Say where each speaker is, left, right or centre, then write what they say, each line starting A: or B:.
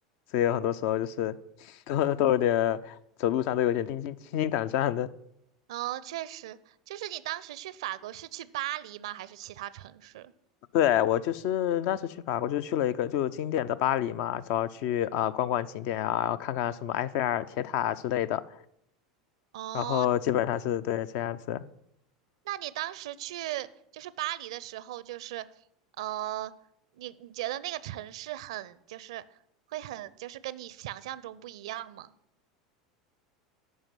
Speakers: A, on the left (about 55°); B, on the right (about 70°).
A: 所以有很多时候就是 <laughs> 都都有点走路上都有点心惊心惊胆战的。
B: 哦，确实，就是你当时去法国是去巴黎吗？还是其他城市？
A: 对，我就是那次去法国，就去了一个就是经典的巴黎嘛，主要去啊、呃逛逛景点啊，然后看看什么埃菲尔铁塔啊之类的，
B: 哦，
A: 然后基本上是对这样子。
B: 那你当时去就是巴黎的时候，就是呃，你你觉得那个城市很就是会很就是跟你想象中不一样吗？